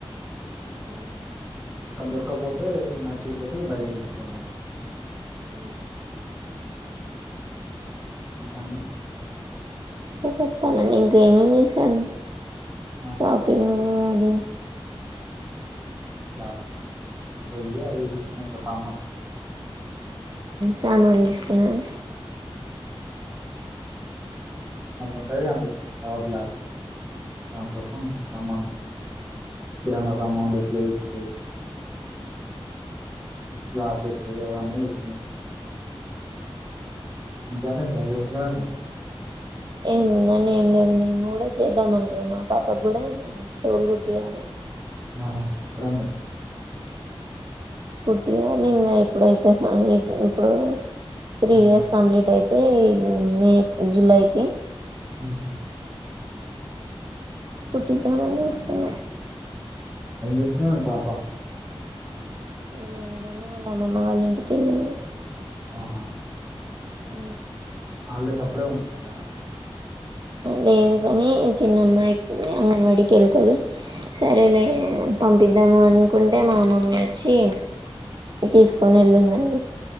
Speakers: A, on the right; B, on the right.
A: ఆ
B: అక్కడ దొరకపోతే నచ్చకపోతే బయట వసుకోవడం
A: అ
B: ముకామ
A: ఇంకా చెప్పాలండి ఇంక ఏమేమి చేశారు
B: ఆ!
A: షాపింగ్ పోది
B: దు పోగామె సమాన్
A: సామానులు తీసుకున్నాను
B: మళీ ఉంటది అండి తర్వతలాగా రా ప్రసంమ్మాని కిరాణా సామాన్లు ప్లేట్స్ గ్లాసెస్ అవన్నీ వేసుకున్నాము ఇంకానే ఏం చేస్తున్నారండి
A: ఏముందని ఏం లేదు మీ చేద్దాం అనుకున్నా మా పాప కూడా చోలు కుట్టాలి
B: ఆహా ఎప్పుడుండ
A: కుటియా నిం ఎప్పుడైతే ఇప్పుడు త్రీ
B: ఉమ్,
A: ఇయర్స్ కంప్లీట్ యితే మే జులైకి
B: ఆహ
A: కు తమ వస్తుస్తు
B: అస్తున్నాడి పాపా
A: మేముందండి వాళ్ళ అమ్మమ్మ వాళ్ళ ఇంటికి వెళ్ళింది
B: అవునా
A: ఉ
B: హల్డే స అప్డే పంపించా
A: లేదు కానీ చిన్నమ్మాయికి అంగన్వాడీకి వెళ్తుంది సరే లే పంపిద్దాము అనుకుంటే మా మమ్మీ వచ్చి తీసుకొని ఎళ్ళిందండి